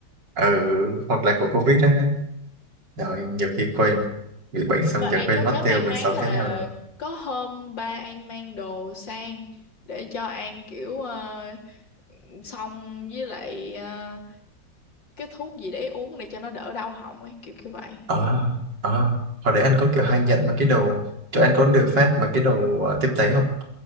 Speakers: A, on the right; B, on the left.
A: ừ, hoặc là của Covid á rồi nhiều khi quên bị bệnh xong
B: mà An
A: giờ quên
B: có nhớ
A: mất tiêu
B: mang
A: mình
B: máng
A: sống
B: là
A: thế nào rồi
B: có hôm ba An mang đồ sang để cho An kiểu ờ, xong với lại ờ, cái thuốc gì để uống để cho nó đỡ đau họng ấy kiểu kiểu vậy
A: ờ
B: Ờ,
A: ờ hồi đấy anh có kiểu hay nhận mấy cái đồ cho anh có được phát mấy cái đồ ờ, tiếp tế không